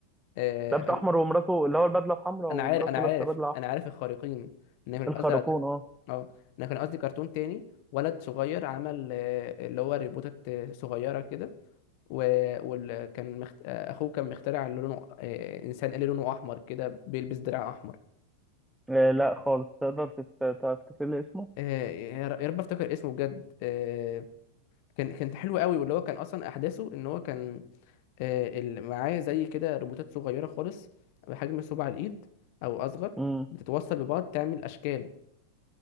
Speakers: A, on the left; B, in the centre.
A: آه،
B: لابس احمر
A: أم-
B: ومراته اللي هو البدلة الحمراء
A: انا
B: ومراته
A: عارف انا عارف
B: لابسة بدلة احمر
A: انا عارف الخارقين ان مش
B: الخارقون
A: الازرق ده
B: اه
A: اه انا كان قصدي كرتون تاني ولد صغير عمل آه، اللي هو ريبوتات آه، صغيرة كده وكان مخت... آه، اخوه كان مخترع اللي لونه آه، انسان اللي لونه احمر كده بيلبس درع احمر
B: آه، لا خالص تقدر تت- تفتكر لي اسمه
A: آه، يا ر- يا رب افتكر اسمه بجد آه، كان كان حلو قوي واللي هو كان اصلا احداثه ان هو كان آه، ال- معاه زي كده روبوتات صغيره خالص بحجم صباع الايد او اصغر
B: امم
A: بتتوصل ببعض تعمل اشكال